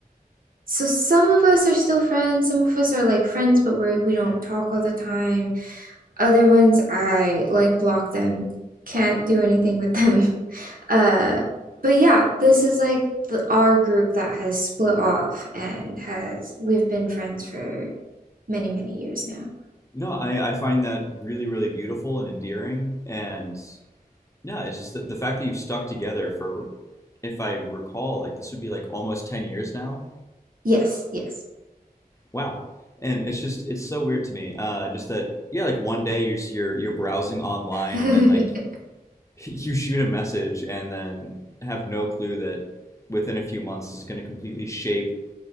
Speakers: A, on the right (about 65°); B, on the left (about 20°).
A: so some of us are still friends, some of us are like friends, but we're we we do not talk all the time. Other ones I like block them, can't do anything with them. Uh, but yeah, this is like the, our group that has split off and has we've been friends for many, many years now.
B: No, I, I find that really, really beautiful and endearing. And no, it's just that the fact that you've stuck together for, if I recall, like this would be like almost 10 years now.
A: Yes, yes.
B: Wow. And it's just, it's so weird to me. Uh, just that, yeah, like one day you're, s- you're, you're browsing online
A: <laughs>
B: and then like <laughs> you shoot a message and then have no clue that within a few months this is going to completely shape